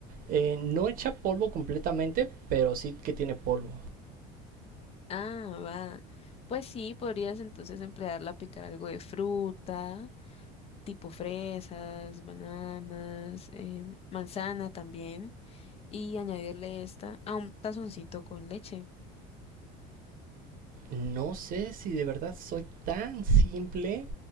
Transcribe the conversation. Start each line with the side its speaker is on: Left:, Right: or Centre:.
Right: eh, no echa polvo completamente, pero sí que tiene polvo.
Left: ah, va. Pues sí, podrías entonces emplearla a picar algo de fruta, tipo fresas, bananas, em, manzana también, y añadirle esta a un tazoncito con leche.
Right: No sé si de verdad soy tan simple,